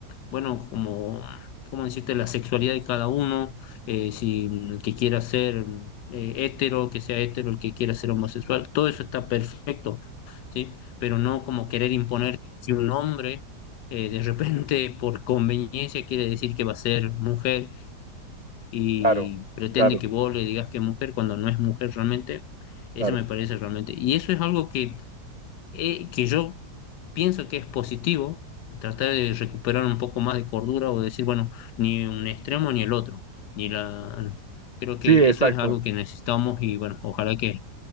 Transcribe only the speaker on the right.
claro,
claro,
claro.
Sí, exacto.